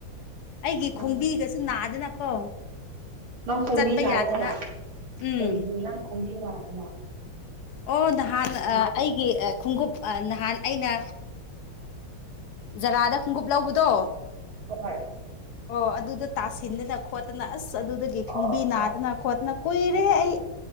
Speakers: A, on the left (about 70°); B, on the right (about 85°).
A: ꯑꯩꯒꯤ
B: ꯎꯝ
A: ꯈꯣꯡꯕꯤꯒꯁꯨ ꯅꯥꯗꯅꯀꯣ
B: ꯅꯪ ꯈꯣꯝꯕꯤ
A: ꯆꯠꯄ
B: ꯅꯥꯏꯌꯦꯕ
A: ꯌꯥꯗꯅ ꯎꯝ
B: ꯀꯩꯒꯤ ꯅꯪ ꯈꯣꯝꯕꯤ ꯅꯥꯏꯕ
A: ꯑꯣ ꯅꯍꯥꯟ ꯑꯩꯒꯤ ꯈꯣꯡꯎꯞ ꯅꯍꯥꯟ ꯑꯩꯅ ꯖꯔꯥꯗ ꯈꯣꯡꯎꯞ ꯂꯧꯕꯗꯣ
B: ꯍꯣꯏ
A: ꯑꯣ ꯑꯗꯨꯗ ꯇꯥꯁꯤꯟꯗꯅ ꯈꯣꯠꯇꯅ ꯑꯁ ꯑꯗꯨꯗꯒꯤ ꯈꯣꯡꯕꯤ
B: ꯑꯣ
A: ꯅꯥꯗꯅ
B: ꯑꯣ
A: ꯈꯣꯠꯇꯅ ꯀꯨꯏꯔꯦ ꯑꯩ